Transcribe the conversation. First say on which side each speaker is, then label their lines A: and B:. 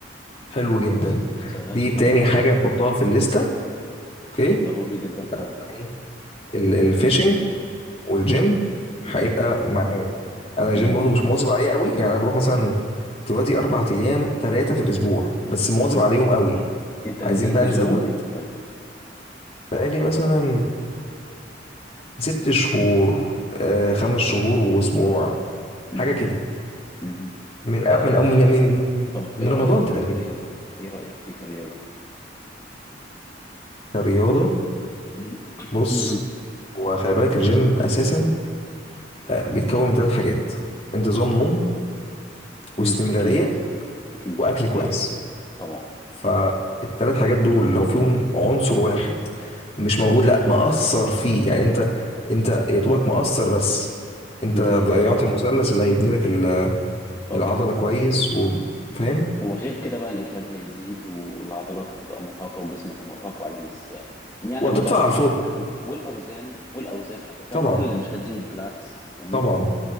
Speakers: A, on the left (about 35°); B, on the left (about 20°).
A: حلو جدا
B: بقيت شغلت
A: دي تاني
B: بقى
A: حاجه
B: و-
A: نحطها في الليسته اوكي
B: <clears throat> ضروري جدا
A: يبقى
B: فعلا
A: عندنا ايه ال-
B: امم
A: الفishing والجيم هيبقى
B: الجيم
A: مع انا الجيم
B: امم
A: برضو مش مواظب عليه قوي يعني انا بروح مثلا دلوقتي اربع ايام ثلاثه في الاسبوع بس مواظب
B: انت
A: عليهم قوي
B: أنت نزلت
A: عايزين بقى
B: جيم
A: نزود
B: من امتى طيب
A: بقالي مثلا ست شهور آه خمس شهور واسبوع
B: امم
A: حاجه كده
B: امم
A: من أو
B: آه
A: من أو من من من
B: طب
A: من
B: ايه
A: رمضان
B: رأيك
A: تقريبا
B: فيه كرياضة ايه رأيك فيه كرياضة
A: كرياضه
B: امم
A: بص
B: امم
A: وخلي بالك الجيم اساسا آه، بيتكون من ثلاث حاجات انتظام نوم واستمراريه
B: أمم. اكيد اكيد
A: واكل كويس
B: والاكل طبعا
A: فالتلات حاجات دول لو فيهم عنصر واحد مش موجود لا مأثر فيه يعني انت انت يا دوبك مأثر بس انت
B: امم
A: ضيعت المثلث اللي هيبني لك ال-
B: طبعا
A: العضلة كويس وفاهم
B: وغير كده بقى الإجهاد هيزيد والعضلات هتبقى مرهقة وجسمك مرهق وعايز يعني
A: وهتدفع
B: الموضوع هيبقى
A: على
B: صعب
A: الفاضي
B: والأوزان والأوزان هتبقى
A: طبعا
B: تقل مش هتزيد بالعكس فاهمني؟
A: طبعا